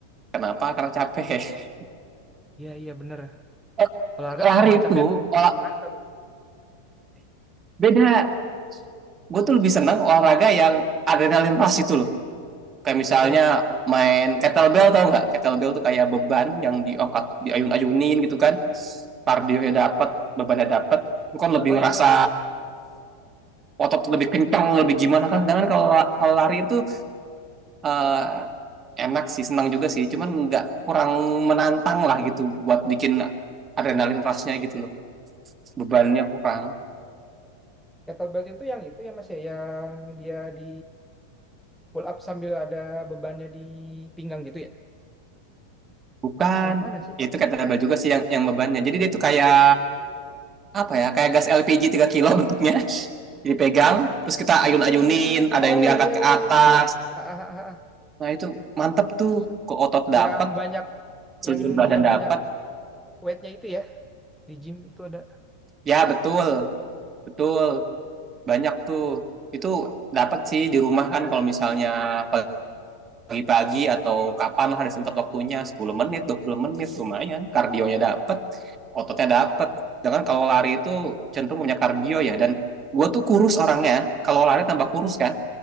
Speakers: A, on the right; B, in the centre.
A: Kenapa? Karena capek. <laughs>
B: Iya, iya bener.
A: Eh,
B: Olahraga
A: Lari
B: kalau nggak
A: itu
B: capek apa?
A: olah
B: Olahraga. Bang.
A: beda. Gue tuh lebih seneng olahraga yang adrenalin rush itu loh. Kayak misalnya
B: Oh.
A: main kettlebell tau nggak? Kettlebell tuh kayak beban yang diangkat, diayun-ayunin gitu kan. Kardionya dapet, bebannya dapat gue kan lebih
B: Oh
A: ngerasa
B: ya, gua tahu tuh.
A: otot lebih kencang, lebih gimana kan. Sedangkan kalau kalau lari itu eh, enak sih, senang juga sih. Cuman nggak kurang menantang lah gitu buat bikin adrenalin rush-nya gitu loh. bebannya aku kan
B: Kettlebell itu yang itu ya Mas ya, yang dia di pull up sambil ada bebannya di pinggang gitu ya
A: bukan
B: apa yang mana sih
A: Ya itu kata abah juga sih yang yang bebannya jadi dia tuh kayak apa ya kayak gas LPG 3 kilo bentuknya <laughs> dipegang terus kita
B: ah
A: ayun-ayunin ada
B: oh
A: yang diangkat
B: iya
A: ke atas
B: iya iya iya Ah, ah, ah, ah.
A: nah itu mantep tuh ke otot dapat
B: yang banyak
A: seluruh
B: yang
A: badan
B: dia
A: dapat
B: banyak weightnya itu ya di gym itu ada
A: ya betul betul banyak tuh itu dapat sih di rumah kan kalau misalnya kalau pagi-pagi atau kapan lah ada sempat waktunya 10 menit 20 menit lumayan kardionya dapat ototnya dapat dengan kalau lari itu cenderung punya kardio ya dan gue tuh kurus orangnya kalau lari tambah kurus kan